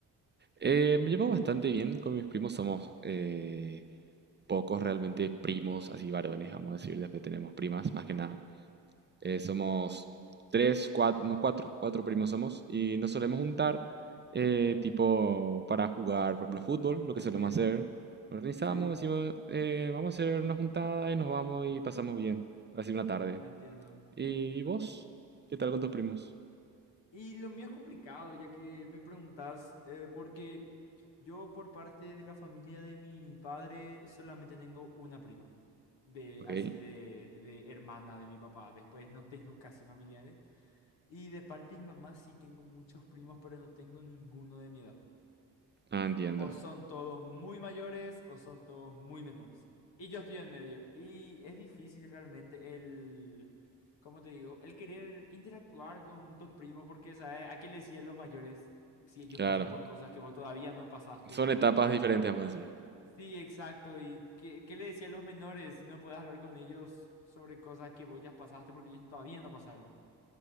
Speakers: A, on the right (about 25°); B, on the left (about 70°).
A: eh, me llevo bastante bien con mis primos, somos eh, pocos realmente primos, así varones, vamos a decir, después tenemos primas, más que nada. Eh, somos tres, cuatro, no, cuatro, cuatro primos somos y nos solemos juntar eh, tipo para jugar, por ejemplo, fútbol, lo que
B: Entiendo,
A: solemos hacer. Nos organizamos,
B: sí,
A: decimos, eh, vamos a hacer una juntada y nos vamos y pasamos bien, así una tarde.
B: entiendo,
A: ¿Y
B: entiendo.
A: vos? ¿Qué tal con tus primos?
B: Y lo mío es complicado, ya que me preguntas eh, porque yo por parte de la familia de mi padre solamente tengo una prima, de
A: Ok,
B: así de, de hermana de mi papá, después no tengo casi familiares. Y de parte de mi mamá sí tengo muchos primos, pero no tengo ninguno de mi edad.
A: ah, entiendo,
B: O son todos muy mayores o son todos muy menores. Y yo estoy en medio. Y es difícil realmente el, ¿cómo te digo? El querer interactuar con tus primos porque, ¿sabes? ¿A qué le decían los mayores si ellos
A: claro.
B: pasan por cosas que vos todavía no pasaste?
A: Son etapas diferentes, vamos a decir.
B: Sí, exacto. ¿Y qué, qué le decían los menores si no puedes hablar con ellos sobre cosas que vos ya pasaste porque ellos todavía no pasaron?